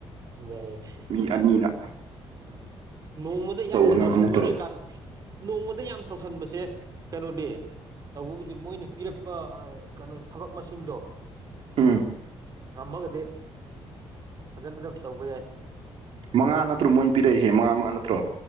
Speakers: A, on the right; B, on the right.
A: ꯌꯥꯏꯌꯦꯏ
B: ꯑꯅꯤꯔꯛ
A: ꯅꯣꯡꯃꯗ ꯌꯥꯝꯅ
B: ꯅꯪ
A: ꯇꯧꯁꯟꯕꯒꯤ
B: ꯑꯃꯨꯛ ꯇꯧꯔꯛ
A: ꯀꯥꯟ ꯅꯣꯡꯃꯗ ꯌꯥꯝ ꯇꯧꯁꯟꯕꯁꯦ ꯀꯩꯅꯣꯗꯤ ꯇꯧꯕꯕꯨꯗꯤ ꯃꯣꯏꯅ ꯄꯤꯔꯛꯄ ꯀꯩꯅꯣ ꯊꯕꯛ ꯃꯁꯤꯡꯗꯣ
B: ꯎꯝ
A: ꯉꯝꯃꯒꯗꯤ ꯐꯖꯅ ꯑꯗꯨꯝ ꯇꯧꯕ ꯌꯥꯏ
B: ꯃꯉꯥ ꯅꯠꯇ꯭ꯔꯣ ꯃꯣꯏꯅ ꯄꯤꯔꯛꯏꯦ ꯃꯉꯥ ꯃꯉꯥ ꯅꯠꯇ꯭ꯔꯣ